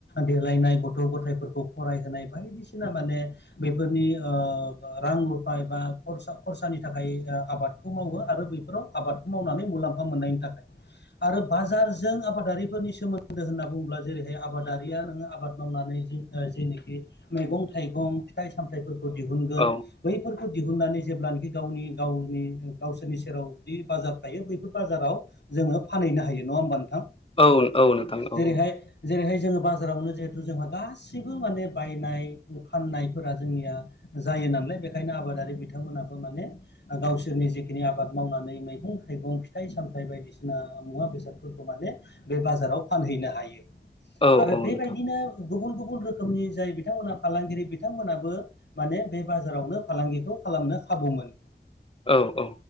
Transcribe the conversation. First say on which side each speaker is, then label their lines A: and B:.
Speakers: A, on the left; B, on the left.
A: देलायनाय गथ' गथायफोरखौ फरायहोनाय बायदिसिना माने बेफोरनि ओ रां रुफा बा खरसा खरसानि थाखाय आबादखौ मावो। बेफोराव आबादखौ मावनानै मुलाम्फा मोननायनि थाखाय आरो बाजारजों आबादारि सोमोन्दो होनना बुङोब्ला जेरैहाय आबादारिया नो आबाद मावनानै जेनाखि मैगं थाइगं फिथाइ सामथाइफोरखौ दिहुनगोन
B: औ
A: बैफोरखौ दिहुननानै जेब्लानाखि गावनि गावनि गावसोरनि सेराव जुदि बाजार थायो बैफोर बाजाराव जोङो फानहैनो हायो नङा होमबा नोंथां?
B: औ औ नोंथां
A: जेरैहाय
B: औ
A: जेरैहाय जोङो बाजारावनो जिहेथु जोंहा गासिबो माने बायनाय फाननाय जोंनिया जायो नालाय बेखायनो आबादारि बिथांमोनाबो माने गावसोरनि जिखिनि आबाद मावनानै मैगं थाइगं फिथाइ सामथाय बायदिसिना मुवा बेसादफोरखौ माने बे बाजाराव फानै आरो
B: औ औ
A: बेबायदिनो
B: नोंथां
A: गुबुन गुबुन रोखोमनि जाय बिथांमोनहा फालांगिरि बिथांमोनाबो माने बे बाजारावनो फालांगिखौ खालामनो खाबु मोनो
B: औ औ